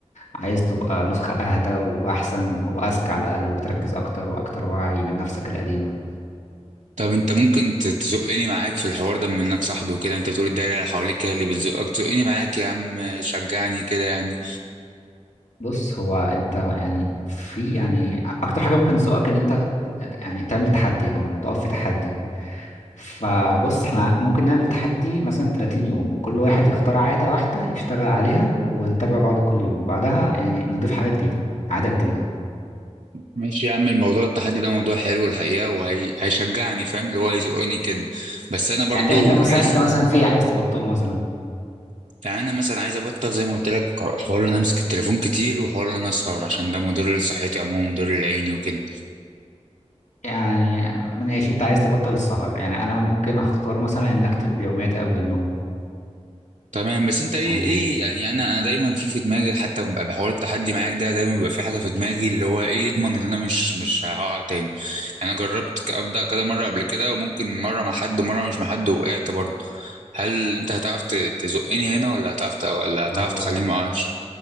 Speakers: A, on the left; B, on the right.
A: عايز تبقى نسخة اهدى واحسن واذكى على الاقل وتركز اكتر واكتر وعي من نفسك القديمة
B: طب انت ممكن ت- تزقني معاك في الحوار ده بما انك صاحبي وكده انت بتقول الدايره اللي حواليك هي اللي بتزقك زقني معاك يا عم شجعني كده يعني
A: بص هو انت يعني في يعني اكتر حاجة ممكن تزقك ان انت يعني تعمل تحدي او تقف في تحدي فبص احنا ممكن نعمل تحدي مثلا 30 يوم كل واحد يختار عادة واحدة يشتغل عليها ونتابع بعض كل يوم بعدها يعني نضيف حاجة جديدة عادة جديدة
B: ماشي يا عم الموضوع التحدي ده موضوع حلو الحقيقه وهيشجعني فاهم اللي هو هيزقني كده بس انا برضو
A: يعني انت انت مثلا
B: لسه
A: انت مثلا في عايز تبطله مثلا
B: يعني انا مثلا عايز ابطل زي ما قلت لك حوار ان انا امسك التليفون كتير وحوار ان انا اسهر عشان ده مضر لصحتي عموما مضر لعيني وكده
A: يعني ماشي انت عايز تبطل السهر يعني انا ممكن اختار مثلا ان اكتب يومياتي قبل النوم
B: تمام بس انت ايه
A: يعني
B: ايه يعني انا انا دايما في في دماغي حتى ببقى بحوار التحدي معاك ده دايما بيبقى في حاجه في دماغي اللي هو ايه يضمن ان انا مش مش هقع تاني يعني انا جربت ك- ابدا كذا مره قبل كده وممكن مره مع حد ومره مش مع حد وقعت برضه هل انت هتعرف ت- تزقني هنا ولا هتعرف ت- ولا هتعرف
A: هو
B: تخليني ما اقعش